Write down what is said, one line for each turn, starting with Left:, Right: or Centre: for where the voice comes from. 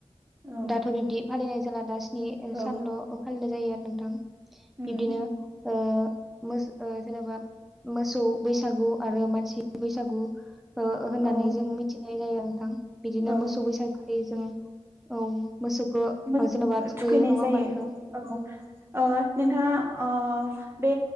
Right: औ
Centre: दाथ' बिब्दि फालिनाय जाला दा स्नि
Right: औ
Centre: सानल' फालिनाय जायो आरो नोंथां।
Right: उम
Centre: बिब्दिनो ओ मोस ओ जेनेबा मोसौ बैसागु आरो मानसि बैसागु हो-होननानै
Right: औ
Centre: जों मिथिनाय जायो नोंथां बिदिनो
Right: औ
Centre: मोसौ बैसागखालि जों औ मोसौखौ
Right: मोस
Centre: ओ जेन'बा थुखैयो
Right: थुखैनाय
Centre: नङा
Right: जायो
Centre: होमबा नोंथां
Right: औ ओ नोंथाङा ओ बे